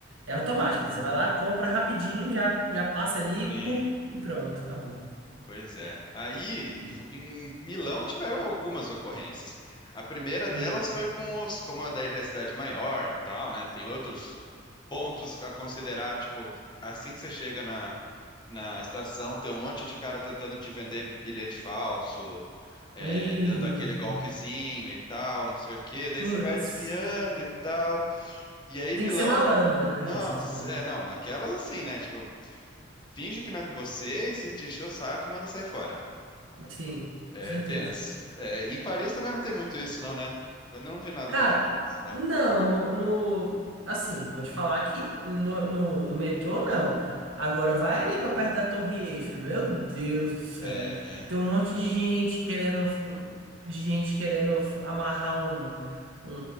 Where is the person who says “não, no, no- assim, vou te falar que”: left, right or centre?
Right